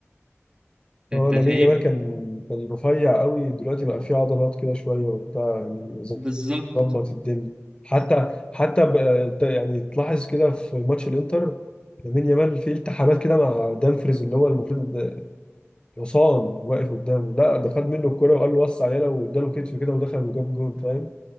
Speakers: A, on the right; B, on the left.
A: انت
B: هو لامين
A: فاهم؟
B: يامال كان كان رفيع قوي دلوقتي بقى فيه عضلات كده شوية وبتاع يعني
A: بالظبط
B: ظبط الدنيا حتى حتى بقى- يعني تلاحظ كده في ماتش الانتر لامين يامال فيه التحامات كده مع دامفريز اللي هو المفروض ده حصان واقف قدامه لا ده خد منه الكرة وقال له وسع علينا واداله كتف كده ودخل وجاب جول فاهم